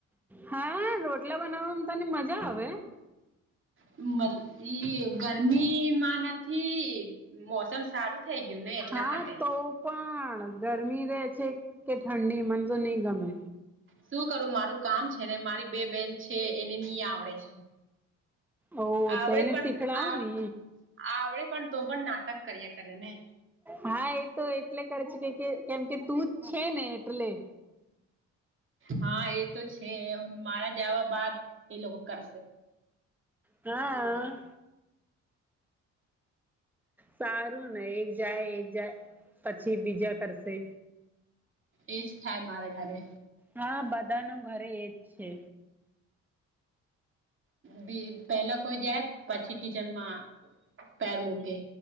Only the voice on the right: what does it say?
<unintelligible> ગરમી માં નથી મોસમ સારું થઈ ગયું ને એટલા
માટે
શું કરું મારું કામ છે ને મારી બે બેન છે એને ની આવડે છે
આવડે
પણ
આ
આવડે પણ તો પણ નાટક કરીએ કરે ને,
હા, એ તો છે મારા જવા બાદ એ લોકો કરશે.
ઈજ થાય મારા ઘરે
બી પહેલા કોઈ જાય, પછી કિચનમાં પેર મૂકે